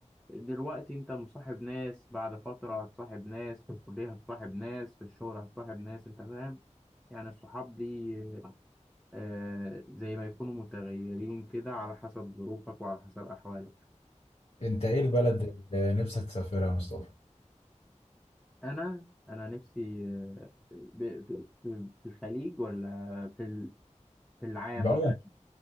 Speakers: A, in the centre; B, on the left (about 55°).
A: دلوقتي انت مصاحب ناس بعد فترة هتصاحب ناس في الكلية هتصاحب ناس في الشغل هتصاحب ناس انت فاهم يعني الصحاب دي آه زي ما يكونوا متغيرين كده على حسب ظروفك وعلى حسب أحوالك
B: انت ايه البلد اللي نفسك تسافرها يا مصطفى
A: فأنا أنا نفسي آه، ب- في في- في الخليج ولا في ال- في العام
B: بعموم
A: يعني